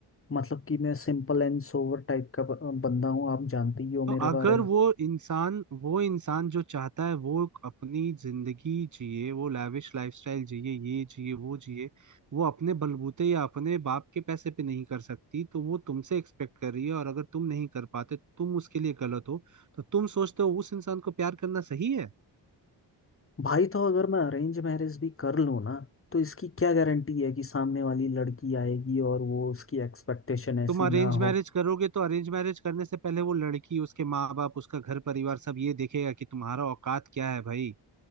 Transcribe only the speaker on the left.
मतलब कि मैं सिंपल एंड सोवर टाइप का ब- बंदा हूँ आप जानते ही हो
मेरे
बारे में
भाई तो अगर मैं अरेंज मैरिज भी कर लूँ ना तो इसकी क्या गारंटी है कि सामने वाली लड़की आएगी और वो उसकी एक्सपेक्टेशन ऐसी
ना हो